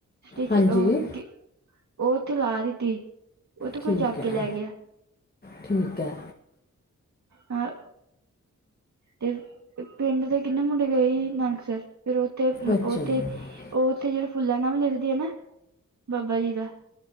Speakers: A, on the right; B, on the left.
A: ਉਹ
B: ਹਾਂਜੀ
A: ਉਹ ਉੱਥੇ ਲਾ ਦਿੱਤੀ। ਉਹ ਤੇ ਕੋਈ
B: ਠੀਕ
A: ਚੱਕ
B: ਹੈ
A: ਕੇ ਲੈ ਗਿਆ
B: -ਠੀਕ ਹੈ।
A: ਹਾਂ ਤੇ ਪਿੰਡ ਦੇ ਕਿੰਨੇ ਮੁੰਡੇ ਗਏ ਹੀ ਨਾਨਕਸਰ। ਫਿਰ ਉੱਥੇ-
B: ਅੱਛਾ
A: ਉਥੇ
B: ਜੀ
A: ਉਹ ਉੱਥੇ ਜਿਹੜੇ ਫੁੱਲਾਂ ਨ ਵੀ ਲਿਖਦੇ ਆ ਨਾ ਬਾਬਾ ਜੀ ਦਾ